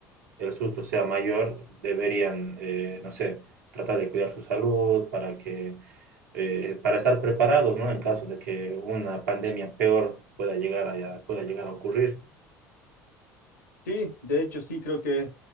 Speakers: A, on the right (about 75°); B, on the left (about 75°).
A: el susto sea mayor, deberían, eh, no sé, tratar de cuidar su salud para que, eh, para estar preparados, ¿no? En caso de que una pandemia peor pueda llegar a, pueda llegar a ocurrir.
B: Sí, de hecho sí, creo que